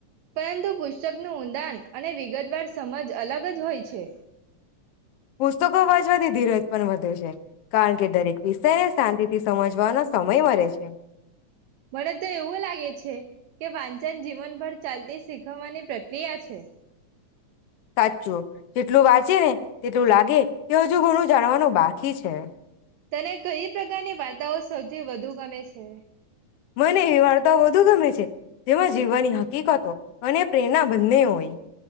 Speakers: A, on the right; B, on the left.
A: પરંતુ પુસ્તકનું ઊંડાણ અને વિગતવાર સમજ અલગ જ હોય છે.
B: પુસ્તકો વાંચવાથી ધીરજ પણ વધે છે કારણ કે દરેક વિષય ને શાંતિ થી સમજવાનો સમય મળે છે.
A: મને તો એવું લાગે છે કે વાંચન જીવનભર ચાલતી શીખવવાની પ્રક્રિયા છે.
B: સાચું જેટલું વાંચે ને તેટલું લાગે કે હજુ ઘણું જાણવાનું બાકી છે.
A: તને કઈ પ્રકારની વાર્તાઓ સૌથી વધુ ગમે છે.
B: મને એ વાર્તા વધુ ગમે છે. જેમાં જીવવાની હકીકતો અને પ્રેરણા બંને હોય.